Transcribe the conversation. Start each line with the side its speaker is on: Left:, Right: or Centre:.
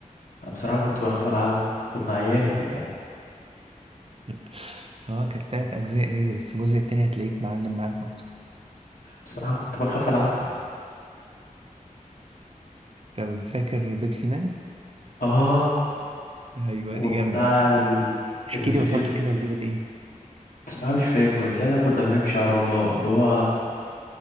Left: بصراحه كنت بخاف العبها كنت عيان
Right: <laughs> اه كانت تلات أجزاء هي بس الجزء التاني هتلاقيك معلم معاك أكتر
Left: بصراحه كنت بخاف العبها
Right: طب فاكر بيبسي مان؟
Left: اه
Right: أيوة
Left: وبتاع
Right: دي جامدة
Left: ال...
Right: طب احكي
Left: ال...
Right: لي وصلت كده لدول إيه؟
Left: بصراحه مش فاكر بس احنا كنا بنمشي على الله اللي هو